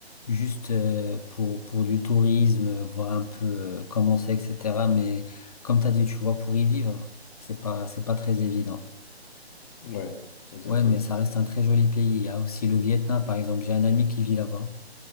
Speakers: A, on the left; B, on the left.
A: juste euh, pour, pour du tourisme, euh, voir un peu euh, comment c'est, etc. Mais comme tu as dit, tu vois, pour y vivre, c'est pas, c'est pas très évident.
B: Ouais, exactement,
A: Ouais, mais ça
B: c'est
A: reste un très joli pays. Il y a aussi le Vietnam, par exemple. J'ai un ami qui vit là-bas.